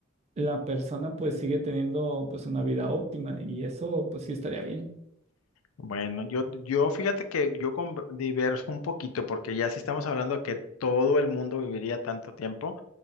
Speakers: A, on the right; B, on the left.
A: la persona pues sigue teniendo pues una vida óptima y eso pues sí estaría bien.
B: Bueno, yo, yo fíjate que yo con- diverso un poquito, porque ya si estamos hablando de que todo el mundo viviría tanto tiempo,